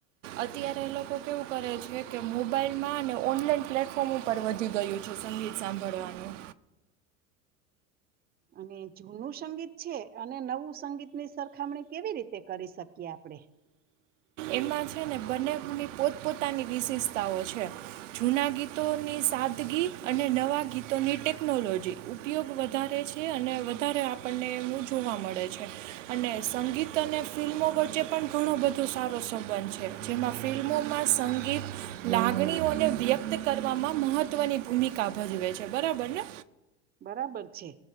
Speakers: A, on the right; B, on the right.
A: અત્યારે લોકો કેવું કરે છે કે મોબાઈલમાં અને ઓનલાઈન પ્લેટફોર્મ ઉપર વધી ગયું છે સંગીત સાંભળવાનું
B: અને જૂનું સંગીત છે અને નવું સંગીતની સરખામણી કેવી રીતે કરી શકીએ આપડણે
A: એમાં છે ને બંનેની પોતપોતાની વિશેષતાઓ છે જૂના ગીતોની સાદગી અને નવા ગીતોની ટેકનોલોજી ઉપયોગ વધારે છે અને વધારે આપણને એમનું જોવા મળે છે અને સંગીત અને ફિલ્મો વચ્ચે પણ ઘણું બધો સારું પ્રશોબંધ છે જેમાં ફિલ્મોમાં સંગીત લાગણીઓને વ્યક્ત કરવામાં મહત્વની ભૂમિકા ભજવે છે બરાબર ને
B: બરાબર છે